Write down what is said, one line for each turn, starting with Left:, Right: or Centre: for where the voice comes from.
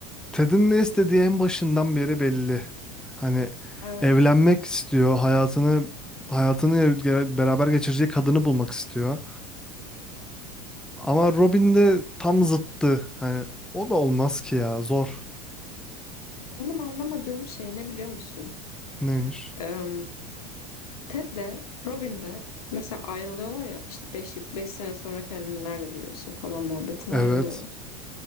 Centre: Ted'in ne istediği en başından beri belli. Hani
Left: Evet.
Centre: evlenmek istiyor, hayatını hayatını ge- beraber geçireceği kadını bulmak istiyor. Ama Robin de tam zıttı. Hani o da olmaz ki ya, zor.
Left: benim anlamadığım şey ne biliyor musun?
Centre: Neymiş?
Left: Em, Ted de Robin de mesela ayrılıyorlar ya işte beş 5 sene sonra kendini nerede görüyorsun falan muhabbetine
Centre: Evet,
Left: ayrılıyorlar.